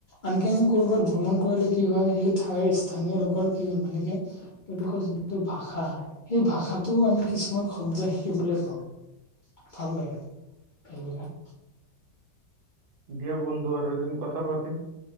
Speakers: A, on the left; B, on the right.
A: আনকি আমি কৰবাত ভ্ৰমণ কৰিলে কি হয়, সেই ঠাইৰ স্থানীয় লোকৰ কি মানে কি তেওঁলোকৰ যোনটো ভাষা, সেই ভাষাটোও আমি কিছুমান শব্দ শিকিবলৈ পওঁ। ভাল লাগে, এইবিলাক।
B: দিয়া বন্ধু, আৰু এদিন কথা পাতিম।